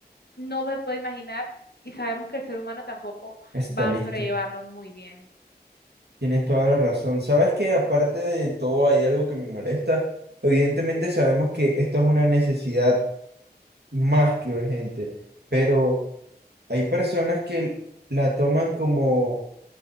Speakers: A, on the left; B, on the right.
A: no se puede imaginar y sabemos que el ser humano tampoco
B: Está
A: va
B: listo.
A: a sobrellevarlo muy bien.
B: Tienes toda la razón. Sabes que aparte de todo hay algo que me molesta. Evidentemente sabemos que esto es una necesidad más que urgente, pero hay personas que la toman como